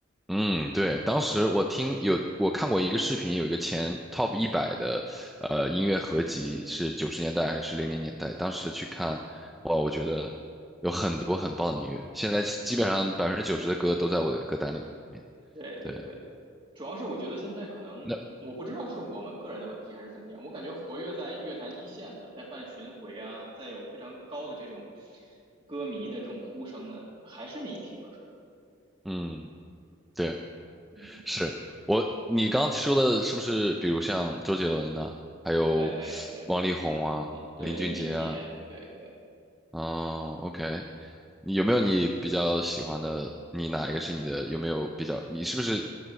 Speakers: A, in the centre; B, on the right.
A: 嗯，对，当时我听有我看过一个视频，
B: 嗯，对，
A: 有一个前 top 一百的呃音乐合集是九十年代还是零零年代，
B: 嗯
A: 当时去看，哇，我觉得有很多很棒的音乐，现在基本上百分之九十的歌都在我的歌单里面。
B: 嗯，对对对，
A: 对，
B: 主要是我觉得现在可能我不知道是我们个人的问题还是怎么样，
A: 那
B: 我感觉活跃在乐坛一线的，在办巡回啊，在有非常高的这种歌迷的这种呼声的，还是那一批歌手。
A: 嗯，对，
B: 嗯。
A: 是我你刚刚说的是不是，比如像周杰伦呐、还有
B: 对对对，
A: 王力宏啊、
B: 嗯，对，
A: 林俊杰啊，
B: 林俊杰，对对，
A: 哦，OK，你有没有你比较喜欢的？你哪一个是你的？有没有比较？你是不是